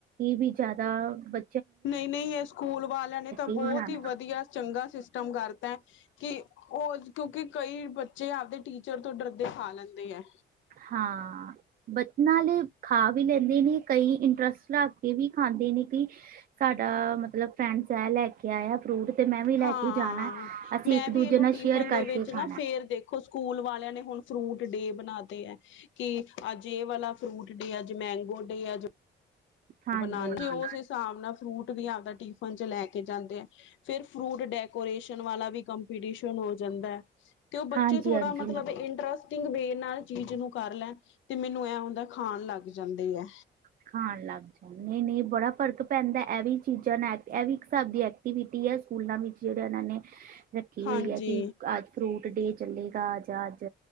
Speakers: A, on the right; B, on the left.
A: ਏਵੀ ਜਾਦਾ ਬ
B: ਨਈ, ਨਈ ਏ ਸਕੂਲ ਵਾਲਿਆ ਨੇ ਤਾ
A: ਹੀ
B: ਬੋਤ
A: ਆਉਣਾ
B: ਈ ਵਦੀਆ, ਚੰਗਾ ਸਿਸਟਮ ਕਾਰਤੈ। ਕਿ ਓ ਕਿਉਕਿ ਕਈ ਬੱਚੇ ਆਵਦੇ ਟੀਚਰ ਤੋ ਡਰਦੇ ਖਾ ਲੈਂਦੇ ਐ।
A: ਹਾਂ, ਬਚ ਨਾਲੇ ਖਾ ਵੀ ਲੈਂਦੇ ਨੇ, ਕਈ ਇੰਟਰਸਟ <unintelligible> ਕੇ ਵੀ ਖਾਂਦੇ ਨੇ ਕਿ ਸਾਡਾ ਮਤਲਬ ਫਰੈਂਡਸ ਐ ਲੈਕੇ ਆਯਾ ਫਰੂਟ ਤੇ ਮੈਂ ਵੀ ਲੈ
B: ਹਾਂ,
A: ਕੇ ਜਾਣਾ ਅਸੀਂ
B: ਮੈਂ
A: ਇੱਕ ਦੂਜੇ
B: ਵੀ ਏਨੂੰ
A: ਨਾਲ
B: ਟਿਫਨ
A: ਸ਼ੇਅਰ ਕਰਕੇ
B: ਦੇ ਵਿੱਚ
A: ਖਾ
B: ਨਾ, ਫੇਰ ਦੇਖ <unintelligible> ਸਕੂਲ ਵਾਲਯਾ ਨੇ ਹੁਨ ਫਰੂਟ ਡੇ ਬਨਾ ਦਿ ਕਿ ਅੱਜ ਏ ਵਾਲਾ ਫਰੂਟ ਡੇ ਐ, ਅੱਜ ਮੈਂਗੋ ਡੇ ਐ, ਅੱਜ
A: ਹਾਂਜੀ
B: ਬਨਾਨੇ
A: ਹਾਂਜੀ
B: ਓਸ ਹਿਸਾਬ ਨਾਲ ਫਰੂਟ ਵੀ ਆਵਦਾ ਟਿਫਨ ਚ ਲੈ ਕੇ ਜਾਂਦੇ ਐ। ਫੇਰ, ਫਰੂਟ ਡੈਕੋਰੇਸ਼ਨ ਵਾਲਾ ਵੀ ਕੰਪੀਟੀਸ਼ਨ ਹੋ ਜਾਂਦੈ। ਤੇ ਓ ਬੱਚੇ
A: ਹਾਂਜੀ
B: ਥੋੜਾ
A: ਹਾਂਜੀ
B: ਮਤਲਬ ਇੰਟਰਸਟ <unintelligible> ਨਾਲ ਚੀਜ਼ ਨੂੰ ਕਰ ਲੈਨ, ਤੇ ਮੈਨੂੰ ਐ ਹੁੰਦੈ ਖਾਨ ਲੱਗ ਜਾਂਦੇ ਐ।
A: ਖਾਨ ਲੱਗ ਜਾਨ, ਨਈ ਨਈ ਬੜਾ ਫਰਕ ਪੈਂਦੈ ਐਵੀ ਚੀਜ਼ਾ ਨਾਲ, ਐ ਵੀ ਇੱਕ ਹਿਸਾਬ ਦੀ ਐਕਟੀਵਿਟੀ ਐ, ਸਕੂਲਾਂ ਵਿੱਚ ਜੇੜੇ ਐਨਾ ਨੇ ਰੱਖੀ
B: ਹਾਂਜੀ
A: ਹੋਈ ਐ ਕਿ ਅੱਜ ਫਰੂਟ ਡੇ ਚੱਲੇਗਾ ਜਾ ਅੱਜ